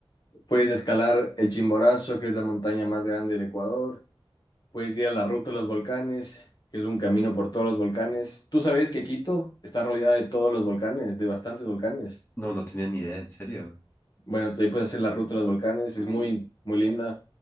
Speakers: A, on the left; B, on the left.
A: Puedes escalar el Chimborazo, que es la montaña más grande del Ecuador. Puedes ir a la ruta de los volcanes, que es un camino por todos los volcanes. Tú sabes que Quito está rodeada de todos los volcanes, de bastantes volcanes.
B: No, no tenía ni idea, en serio.
A: Bueno, entonces ahí puedes hacer la ruta de los volcanes, es muy, muy linda.